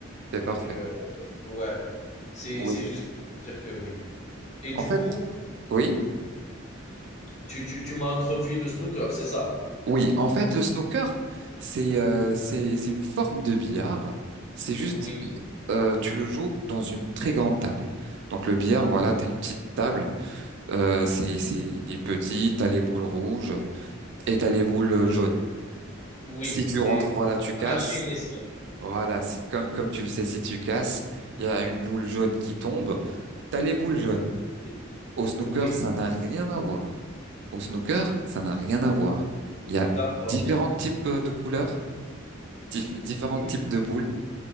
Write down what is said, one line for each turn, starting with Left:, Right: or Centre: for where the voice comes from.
Right: c'est
Left: Donc
Right: parfait.
Left: heu, ouais, c'est
Right: Oui.
Left: c'est juste pour dire que oui. Et du
Right: En fait,
Left: coup,
Right: oui,
Left: tu tu tu m'as introduit le snooker, c'est ça?
Right: oui. En fait, le snooker, c'est euh, c'est c'est une forme de billard. C'est juste,
Left: Oui.
Right: euh, tu le joues dans une très grande table. Donc le billard, voilà, t'as une petite table. Euh, c'est c'est des petits. T'as les boules rouges et t'as les boules jaunes.
Left: Oui,
Right: Si tu
Left: les
Right: rentres,
Left: les
Right: voilà, tu casses.
Left: panaches et les sacs.
Right: Voilà, c'est comme, comme tu le sais, si tu casses, il y a une boule jaune qui tombe. T'as les boules jaunes.
Left: Oui,
Right: Au snooker,
Left: oui,
Right: ça n'a rien à voir. Au snooker, ça n'a rien à voir. Il y a
Left: d'accord.
Right: différents types euh, de couleurs, dif- différents
Left: Oui,
Right: types de boules.